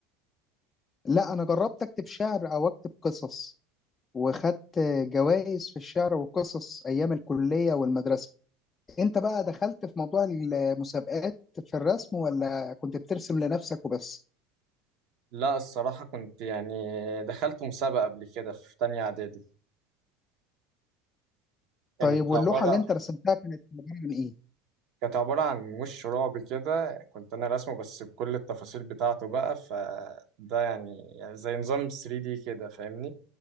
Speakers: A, on the left (about 25°); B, on the right (about 60°).
A: لا انا جربت اكتب شعر او اكتب قصص وخدت جوائز في الشعر والقصص ايام الكلية والمدرسة انت بقى دخلت في موضوع المسابقات في الرسم ولا كنت بترسم لنفسك وبس
B: لا الصراحة كنت يعني دخلت مسابقة قبل كده في تانية إعدادي كانت
A: طيب واللوحة
B: عبارة
A: اللي انت رسمتها كانت عبارة عن ايه
B: كانت عبارة عن وش رعب كده كنت أنا راسمه بس بكل التفاصيل بتاعته بقى فده يعني, يعني زي نظام 3D كده فاهمني